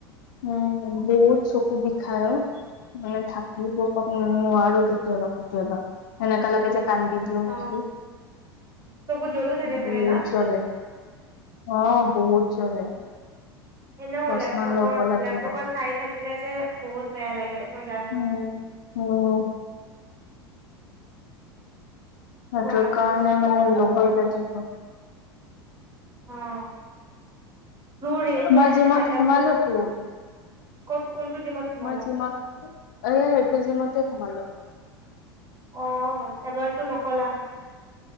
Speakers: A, on the left; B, on the right.
A: উম বহুত চকু বিষায় অ মানে থাকিব কাৰণে নোৱাৰো কেতিয়াবা কেতিয়াবা এনেকা লাগে যে কান্দি দিওঁ
B: অ
A: নেকি
B: চকুত জ্বলো থাকে
A: বহুত
B: চাগে ন
A: জ্বলে অ বহুত জ্বলে
B: এনেও
A: চচমা
B: লেপটপৰ
A: লব লাগিব
B: লেপটপত চাই থাকিলে যে বহুত বেয়া লাগে মই জানো
A: উম উম সেইটোৰ
B: কোৱা তাৰ
A: কাৰণে
B: পিছত
A: মানে লবই লাগিব
B: অ ব্লু ৰেটো
A: মই
B: আহে
A: জিমত
B: ন এটা
A: সোমালো
B: ব্লু
A: তো
B: ক'ত কোনটো জিমত সোমালা
A: মই জিমত এয়া এইটো জিমত তে সোমা লো
B: অহ এবাৰতো নকলা